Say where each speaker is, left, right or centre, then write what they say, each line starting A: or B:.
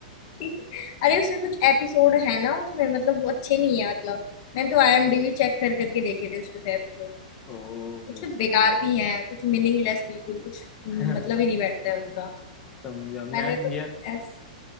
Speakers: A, on the left; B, on the left.
A: <laughs> अरे उसमें कुछ एपिसोड है ना उसमें मतलब वो अच्छे नहीं है मतलब मैंने तो आईएमडीबी चेक कर करके देखे थे उसमें से एपिसोड
B: ओ
A: कुछ कुछ
B: समझा
A: बेकार भी हैं कुछ मीनिंगलेस बिल्कुल कुछ मतलब
B: <laughs>
A: ही नहीं बैठता है उनका
B: समझा
A: मैंने
B: मैं
A: तो
B: यार
A: ऐस